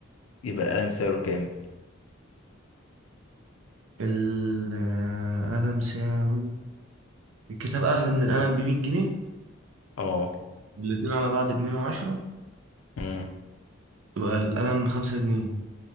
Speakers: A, on the left; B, on the right.
A: يبقى القلم سعره كام؟
B: القلم سعره الكتاب أغلى من القلم بمية جنيه
A: اه
B: والاتنين على بعض بمية وعشرة
A: مم.
B: يبقى القلم بخمسة جنيه